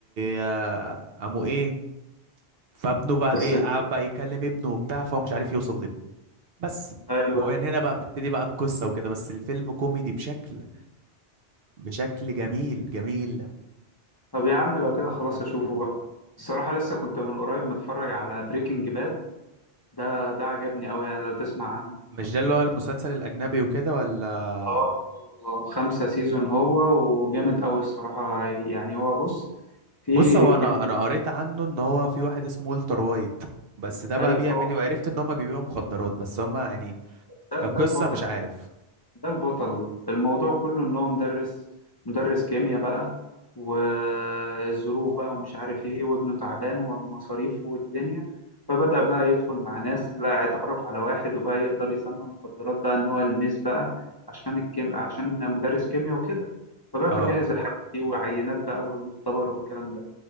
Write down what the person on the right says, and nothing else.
آه، قاموا ايه فابنه بقى
ايه قعد بقى يكلم ابنه وبتاع فهو مش عارف يوصل لابنه بس
ومن
هنا بقى بتبتدي بقى القصة وكده بس الفيلم كوميدي بشكل بشكل جميل جميل
مش ده اللي هو المسلسل الأجنبي وكده ولا
بص هو
انا انا قريت عنه ان هو في واحد اسمه والتر وايت بس ده بقى
بيعمل
ايه وعرفت ان هما بيبيعوا مخدرات بس هما يعني
كقصة
مش عارف
اه